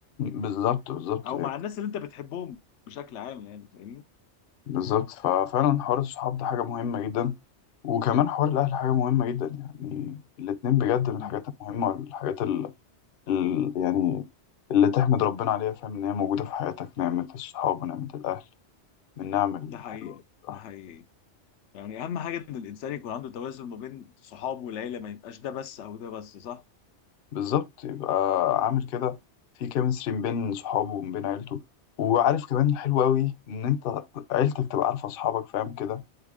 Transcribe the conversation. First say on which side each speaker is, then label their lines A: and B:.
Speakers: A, on the left (about 60°); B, on the left (about 85°).
A: بالظبط بالظبط
B: او
A: يعني
B: مع الناس اللي انت بتحبهم بشكل عام يعني فاهمني؟
A: بالظبط ففعلا حوار الصحاب ده حاجة مهمة جدا وكمان حوار الأهل حاجة مهمة جدا يعني الاتنين بجد من
B: امم
A: الحاجات المهمة والحاجات ال... ال... يعني اللي تحمد ربنا عليها فاهم إن هي موجودة في حياتك نعمة الصحاب ونعمة الأهل من نعم الحلوة
B: ده حقيقي
A: بصراحة.
B: ده حقيقي يعني اهم حاجه ان الانسان يكون عنده توازن ما بين صحابه والعيله ما يبقاش ده بس او ده بس صح؟
A: بالظبط يبقى عامل كده في كيمستري ما بين صحابه وما بين عيلته وعارف كمان الحلو أوي إن أنت عيلتك تبقى عارفة أصحابك فاهم كده